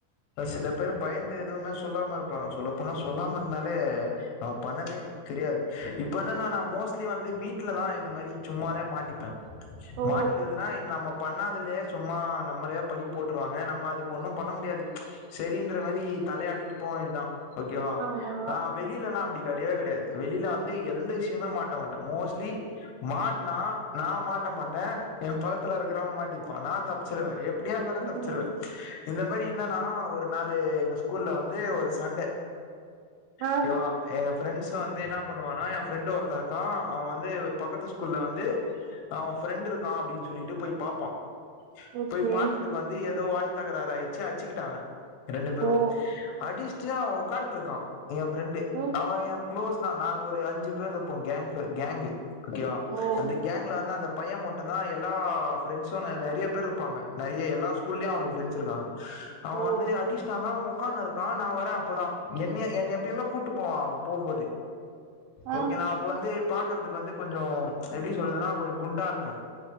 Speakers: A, on the left; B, on the right.
A: சில பேர் பயந்து எதுவுமே சொல்லாம இருப்பாங்க சொல்ல போனா சொல்லாம இருந்தாலே அவ பண்ணதே தெரியாது இப்பென்ன நா மோஸ்ட்லி வந்து வீட்லதா இந்த மாரி சும்மாதா மாட்டிப்பே
B: ஓ
A: மாட்டிகிறதுன்னா இன் நம்ம பண்ணாதுலே சும்மா நம்மலயே பழி போட்டுருவாங்க நம்ம அதுக்கு ஒன்னு பண்ண முடியாது சரின்ற மாதி தலையாட்டிட்டு போவ வேண்டியதா ஓகேவா
B: ஆமா
A: நா வெளியிலல்லா அப்டி கெடயவே கெடயாது வெளில வந்து எந்த விஷ்யமே மாட்ட மாட்டே மோஸ்ட்லி மாட்னா நா மாட்ட மாட்டே எ பக்கத்துல இருக்கிறவ மாட்டிப்பா நா தப்ச்சிருவே எப் எப்டியா இருந்தாலு
B: ம்
A: தப்ச்சிருவே இந்த மாரி என்னன்னா ஒரு நாளு எங்க ஸ்கூல்ல வந்து ஒரு சண்ட
B: ஆ
A: ஓகேவா எங்க ஃப்ரெண்ட்ஸ் வந்து என்ன பண்ணுவானா என் ஃப்ரெண்டு ஒருத்த இருக்கா அவ வந்து பக்கத்து ஸ்கூல்ல வந்து அவ ஃப்ரண்டு இருக்கா அப்டின் சொல்லிட்டு போய் பாப் போ
B: ஓகே
A: போய் பாத்ததுக்கு வந்து ஏதோ வாய் தகராறு ஆயிச்சு அச்சுக்கிட்டாங்க ரெண்டு பேரு
B: ஓ
A: அடிச்ட்டு அவ உக்காந்து இருக்கா எ ஃப்ரெண்டு
B: ம்
A: அவ எ குளோஸ் தா நாங்க ஒரு அஞ்சு பேரு இருப்போ கேங் கேங்கு ஓகேவா
B: ஓ
A: அந்த கேங்க்ல வந்து அந்த பைய மட்டுந்தா எல்லா ஃப்ரெண்ட்ஸூ நெறைய பேர் இருப்பாங்க நெறைய எல்லா ஸ்கூல்லயு அவனுக்கு ஃப்ரெண்ட்ஸ் இருக்காங்க அவ
B: ஓ
A: வந்து அடிச்டானா அவ உட்கானுருக்கா நா வரே அப்பதா என்ன என்ன எப்பயுமே கூட்டு போவா போம்போது
B: ஆ
A: ஓகே நா இப்ப வந்து பாக்குறதுக்கு வந்து கொஞ்சோ எபடி சொல்றதுன்னா கொஞ்சோ குண்டா இருப்பே